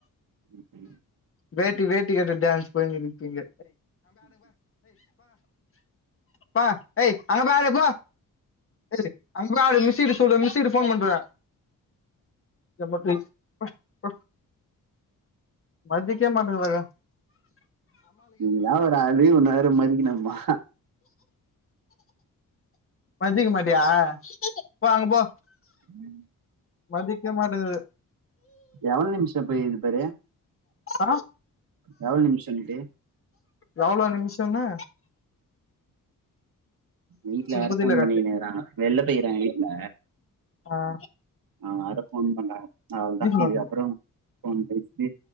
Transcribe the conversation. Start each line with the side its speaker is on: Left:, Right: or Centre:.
Right: <unintelligible>
Left: வேட்டி வேட்டி கட்டு டான்ஸ் போய்னு இருக்கிங்க போ எய் அங்க போய் ஆடு போ ஏய் அங் போய் ஆடு மிஸிகிட்ட சொல்லு மிஸிகிட்ட ஃபோன் பண்றுவ <unintelligible> மதிக்க மாட்டுங்குதுங
Right: நீளா ஒரு ஆலு ஒன்ன வேர மதிகனும்மா
Left: மதிக்க மாட்டியா போ அங்க போ
Right: உம்
Left: மதிக்க மாட்டேங்குது
Right: எவள் நிமிஷோ போய்கிது பாரு
Left: ஆ
Right: எவ்ள் நிம்ஷன்ட்டு
Left: எவளோ நிம்ஷன்னா
Right: வீட்ல வேற
Left: புரியல
Right: ஃபோன்
Left: கார்த்தி
Right: பண்ணிகினேகிறாங்க வெள்ல போய்கிறாங்க வீட்ல
Left: ஆஹ்
Right: அவுங்க வேற ஃபோன் பண்றாங்க அவுள்தா
Left: மாட்டேங்குது
Right: இதுக்கப்பறம் ஃபோன் பேசிட்டு